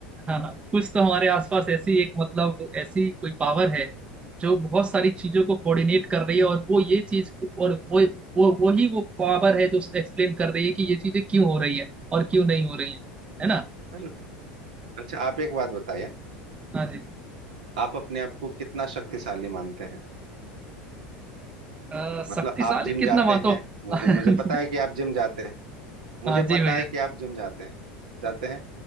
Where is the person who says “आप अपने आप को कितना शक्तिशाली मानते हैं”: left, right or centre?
Right